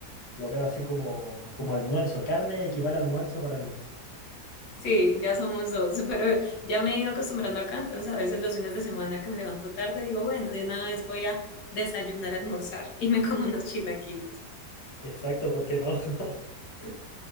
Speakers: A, on the left (about 40°); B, on the left (about 70°).
A: Lo veo así como, como almuerzo. Carne equivale a almuerzo para mí.
B: Sí, ya somos dos, <laughs> pero ya me he ido acostumbrando acá, entonces a veces los fines de semana que me levanto tarde digo, bueno, de una vez voy a desayunar, almorzar <laughs> y me como unos chilaquiles.
A: Exacto, porque no? <laughs>